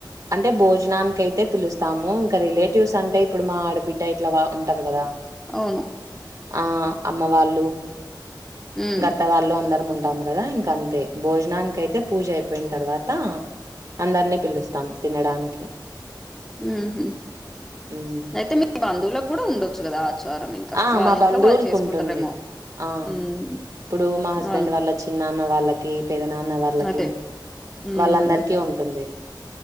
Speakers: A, on the right; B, in the centre.
A: అంటే భోజనానికి అయితే పిలుస్తాము ఇంకా రిలేటివ్స్ అంటే ఇప్పుడు మా ఆడ బిడ్డ ఇట్లా ఉంటారు కదా
B: అవును
A: ఆ అమ్మ వాళ్ళు
B: ఉమ్
A: అత్త వాళ్ళు అందరు ఉంటాం కదా ఇంక అంతే భోజనానికి అయితే పూజ అయిపోయిన తర్వాత అందరినీ పిలుస్తాం తినడానికి
B: ఉ హు
A: హ్మ్.
B: అయితే మీ బంధువులకు కూడా ఉండొచ్చు కదా ఆచారం ఇంకా
A: ఆ
B: వాళ్ళ
A: మా
B: ఇంట్లో
A: బంధువులకు
B: వాళ్ళు చేసుకుంటారేమో
A: ఉంటుంది ఆ
B: ఉమ్
A: ఇప్పుడు మా హస్బెండ్
B: వాళ్ళు
A: వాళ్ళ చిన్న నాన్న వాళ్ళకి పెద్ద నాన్న వాళ్ళకి
B: అదే హ్మ్
A: వాళ్ళందరికీ ఉంటుంది